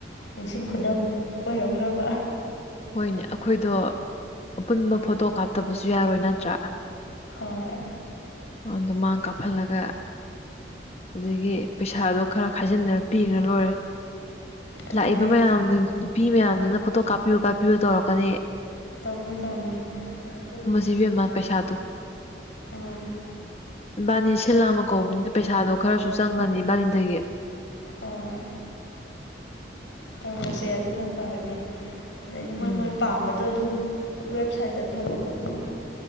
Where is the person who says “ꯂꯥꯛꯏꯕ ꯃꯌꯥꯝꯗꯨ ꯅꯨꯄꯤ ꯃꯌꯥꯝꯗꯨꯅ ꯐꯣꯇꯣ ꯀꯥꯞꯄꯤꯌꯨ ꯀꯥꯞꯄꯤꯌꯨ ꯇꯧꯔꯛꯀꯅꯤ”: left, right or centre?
Left